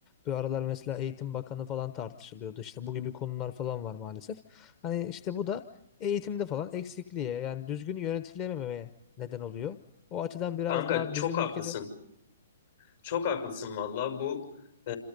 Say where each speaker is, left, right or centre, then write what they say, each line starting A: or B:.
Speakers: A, on the left; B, on the left.
A: bu aralar mesela Eğitim Bakanı falan tartışılıyordu. işte bu gibi konular falan var maalesef. Hani işte bu da eğitimde falan eksikliğe yani düzgün yönetilmemeye neden oluyor. O açıdan biraz
B: Kanka
A: daha
B: çok
A: bizim
B: haklısın.
A: ülkede
B: Çok haklısın valla. Bu e,